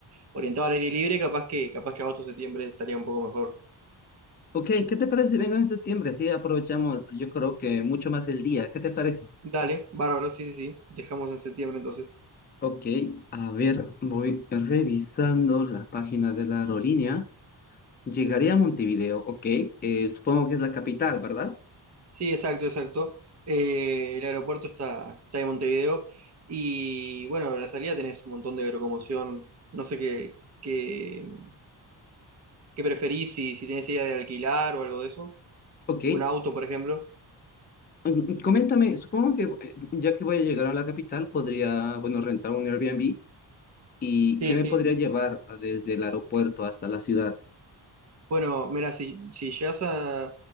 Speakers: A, on the right; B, on the left.
A: orientado al aire libre, capaz que, capaz que agosto, septiembre estaría un poco mejor.
B: Ok, ¿qué te parece si vengo en septiembre? Así aprovechamos, yo creo que mucho más el día. ¿Qué te parece?
A: Dale, bárbaro, sí, sí, sí. Dejamos en septiembre entonces.
B: Ok, a ver, voy revisando la página de la aerolínea. Llegaré a Montevideo, ok. eh, supongo que es la capital, ¿verdad?
A: Sí, exacto, exacto. Eh, el aeropuerto está, está en Montevideo y bueno, en la salida tenés un montón de locomoción. No sé qué, qué, qué preferís, si, si tenés idea de alquilar o algo de eso.
B: Ok,
A: Un auto, por ejemplo.
B: Mm, Coméntame, supongo que eh, ya que voy a llegar a la capital, podría, bueno, rentar un Airbnb y
A: Sí,
B: qué me
A: sí.
B: podría llevar ah, desde el aeropuerto hasta la ciudad.
A: Bueno, mira, si, si llegas a,